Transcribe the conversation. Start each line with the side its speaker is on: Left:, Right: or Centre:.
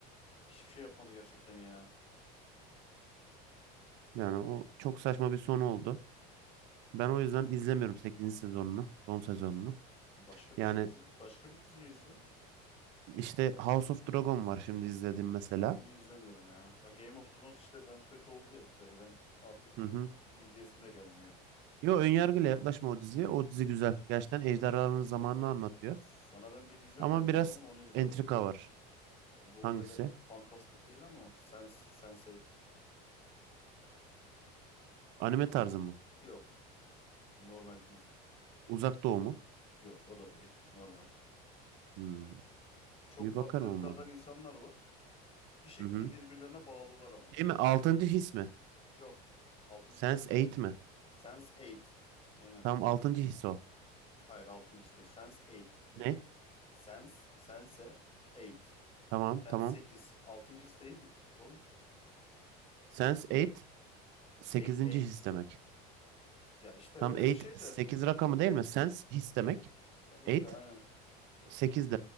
Left: Hiçbir şey yapmadı gerçekten ya. Yani
Right: Yani o çok saçma bir sonu oldu. Ben o yüzden izlemiyorum sekizinci sezonunu, son sezonunu.
Left: başka bir
Right: Yani
Left: şey izle. Başka bir dizi izle.
Right: işte House of Dragon var şimdi izlediğim mesela.
Left: Onu izlemiyorum ya. Ya Game of Thrones işte ben kötü oldu ya bir kere. Ben artık
Right: Hı hı.
Left: izleyesim de gelmiyor.
Right: Yo önyargıyla yaklaşma o diziye. O dizi güzel. Gerçekten ejderhaların zamanını anlatıyor.
Left: Sana ben bir dizi önereyim
Right: Ama biraz
Left: o zaman onu izle
Right: entrika
Left: bak.
Right: var.
Left: Ya bu
Right: Hangisi?
Left: böyle fantastik değil ama sens Sense8
Right: Anime tarzı mı?
Left: yok. Normal dizi.
Right: Uzak Doğu mu?
Left: Yok o da değil. Normal.
Right: Hmm,
Left: Çok
Right: Bir
Left: farklı
Right: bakarım
Left: ırklardan
Right: olmadı.
Left: insanlar var. Bir şekilde
Right: Hı hı.
Left: birbirlerine bağlılar ama.
Right: Değil mi? Altıncı his mi?
Left: Yok. Altıncı
Right: Sense
Left: his film.
Right: Eight mi?
Left: sense eight Aynen.
Right: Tam altıncı his o.
Left: Hayır altıncı his değil. sense eight diyorum.
Right: Ne?
Left: Sense, sense eight
Right: Tamam
Left: Sense
Right: tamam.
Left: sekiz Altıncı his değil oğlum.
Right: Sense Eight sekizinci
Left: eight eight
Right: his demek.
Left: Ya işte
Right: Tam
Left: öyle
Right: Eight
Left: bir şey de.
Right: 8 rakamı değil mi? Sense his demek.
Left: Ya işte
Right: 8
Left: aynen. Ya,
Right: 8